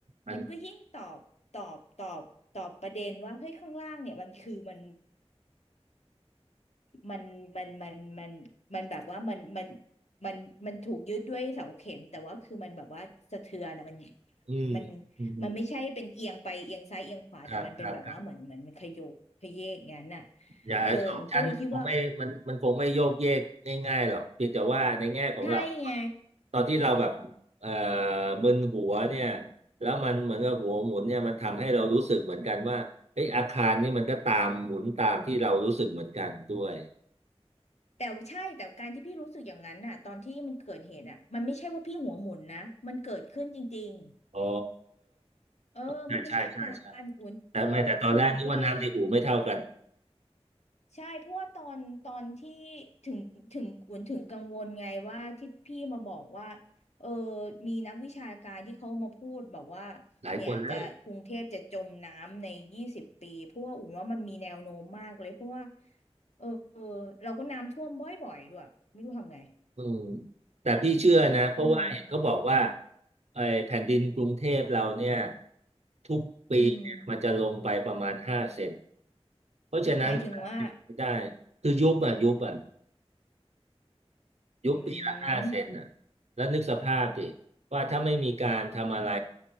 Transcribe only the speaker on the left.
มันก็ยิ่งตอบตอบตอบตอบประเด็นว่าเฮ้ยข้างล่างเนี่ยมันคือมัน มันมันมันมันมันแบบว่ามันมันมันมันถูกยึดด้วยเสาเข็มแต่ว่าคือมันแบบว่าสะเทือนอะมัน
มันมันไม่ใช่เป็นเอียงไปเอียงซ้ายเอียงขวาแต่มันเป็นแบบว่าเหมือนเหมือนมันขยกขยเยกอย่างนั้นน่ะ
เออผมก็เลยคิดว่า
ใช่ไง
แต่ใช่แต่การที่พี่รู้สึกอย่างนั้นน่ะตอนที่มันเกิดเหตุอ่ะมันไม่ใช่ว่าพี่หัวหมุนนะมันเกิดขึ้นจริง
ๆเออมันไม่ใช่อาการอุ่นเออคืออุ่นก็เลย
ใช่เพราะว่าตอนตอนที่ถึงถึงกวนถึงกังวลไงว่าที่พี่มาบอกว่าเออมีนักวิชาการที่เขามาพูดแบบว่า
เนี่ยจะกรุงเทพจะจมน้ำในยี่สิบปีเพราะว่าอุ่นว่ามันมีแนวโน้มมากเลยเพราะว่าเออเออเราก็น้ำท่วมบ่อยๆด้วยไม่รู้ทำไง
เออ
อืม
หมายถึงว่า
อืม